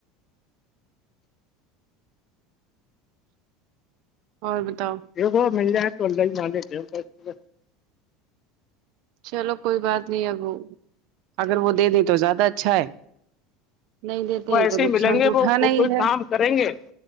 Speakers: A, on the right (about 60°); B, on the left (about 30°).
A: اور بتاؤ
B: دیکھو مل جائے تو ل ہی مے
A: چلو کوئی بات نہیں اب اگر وہ دے دیں تو زیادہ اچھا ہے نہیں دیتے
B: وہ
A: ہیں
B: ایسے
A: تو
B: ہی
A: نقصان
B: ملیں
A: تو
B: گے
A: اٹھانا
B: وہ کوئی
A: ہی ہے
B: کام کریں گے